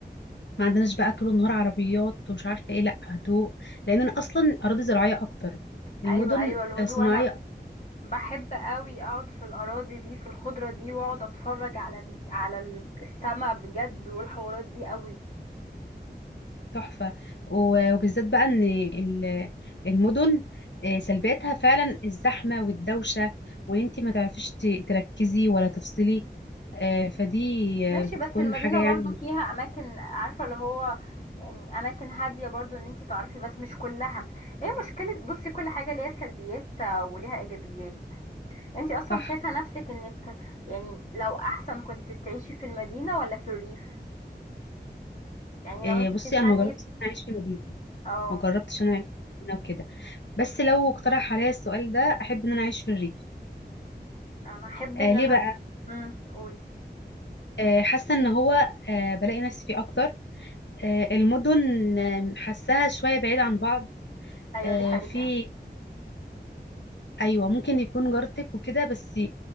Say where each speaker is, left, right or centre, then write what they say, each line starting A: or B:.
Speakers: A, on the left; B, on the left.
A: ما عندناش بقى طول النهار عربيات ومش عارفه ايه لا هدوء لان انا اصلا اراضي زراعيه اكتر المدن
B: ايوه ايوه الهدوء
A: آه، صناعيه
B: انا بحب قوي اقعد في الاراضي دي في الخضره دي واقعد اتفرج على على السما بجد والحوارات دي قوي
A: تحفه و- وبالذات بقى ان ال- المدن آه، سلبياتها فعلا الزحمه والدوشه وان انت ما تعرفيش ت- تركزي ولا تفصلي آه، فدي
B: ماشي
A: آه، بتكون
B: بس المدينه
A: حاجه يعني
B: برضو
A: مش
B: فيها اماكن عارفه اللي هو يعني اماكن هاديه برضو ان انتي تعرفي بس مش كلها هي مشكله بصي كل حاجه ليها سلبيات آه، وليها ايجابيات انتي اصلا
A: صح
B: شايفه نفسك انك يعني لو احسن كنت تعيشي في المدينه ولا في الريف يعني لو
A: آه،
B: انتي
A: بصي
B: بتتمني
A: انا ما جربتش انا اعيش في مدينه
B: اه
A: ما جربتش انا اعيش في مدينه وكده بس لو اقترح عليا السؤال ده احب ان انا اعيش في الريف
B: انا احب
A: آه
B: ان
A: ليه
B: انا
A: بقى
B: امم قول
A: آه، حاسه ان هو آه، بلاقي نفسي فيه اكتر آه، المدن آه، حاساها شويه بعيد عن بعض
B: ايوه
A: آه،
B: دي حقيقة
A: في ايوه ممكن يكون جارتك وكده بس